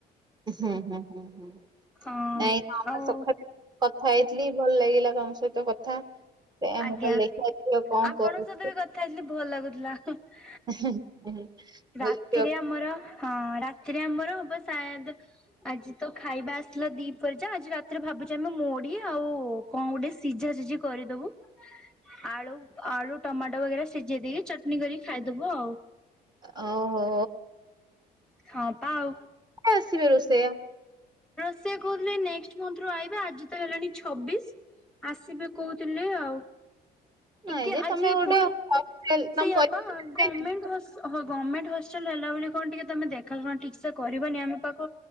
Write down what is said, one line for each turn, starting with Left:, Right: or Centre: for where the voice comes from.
Right: ହୁଁ ହୁଁ ହୁଁ ହୁଁ
Centre: ହଁ
Right: ନାଇଁ ଆମ
Centre: ଆଉ
Right: <unintelligible> କଥା ହେଇଥିଲି ଭଲ ଲାଗେ। <unintelligible> ତମ ସହିତ କଥା, ସେୟା
Centre: ଆଜ୍ଞା।
Right: ମୁଁ କହିଲି ଦେଖିବା ଝିଅ କଣ
Centre: ଆପଣଙ୍କ
Right: କରୁଚି।
Centre: ସହିତ ବି କଥା ହେଇଥିଲି <inaudible>
Right: <inaudible>
Centre: ରାତିରେ
Right: କହିଲି ଝିଅ
Centre: ଆମର ହଁ, ରାତିରେ ଆମର ହବ ସାୟଦ୍ ଆଜି ତ ଖାଇବା ଆସିଲା ଦିପରେ ଯା ଆଜି ରାତିରେ ଭାବ <unintelligible> ଚି ଆମେ ମୁଢି ଆଉ କଣ ଗୋଟେ ସିଝା ସିଝି କରିଦବୁ। ଆଳୁ, ଆଳୁ ଟମାଟୋ ବଗେରା ସିଝେଇ ଦେଇକି ଚଟନି କରିକି ଖାଇଦବୁ ଆଉ।
Right: ଓ ହୋ!
Centre: ହଁ ପା ଆଉ
Right: ଏ ଆସିବେ ରୋଷେୟା।
Centre: ସେ କହୁଥିଲେ ନେଷ୍ଟ୍ ମନ୍ଥ୍ ରୁ ଆଇବେ, ଆଜି ତ ହେଲାଣି ଛବିଶ ଆସିବେ କହୁଥିଲେ ଆଉ ଟିକେ
Right: ନାଇଁ ଯେ
Centre: ଆଜି
Right: ତମେ ଗୋଟେ
Centre: ପୁଣି
Right: ହଷ୍ଟେଲ ତମ
Centre: ସେଇଆପା
Right: ପଇସା
Centre: ଗମେଣ୍ଟ୍
Right: ଦେଇକି
Centre: ହସ ହ ଗମେଣ୍ଟ୍ ହଷ୍ଟେଲ ହେଲା ବୋଲି, କଣ ଟିକେ ତମେ ଦେଖାଶୁଣା ଠିକ୍ ସେ କରିବନି, ଆମ ପାଖ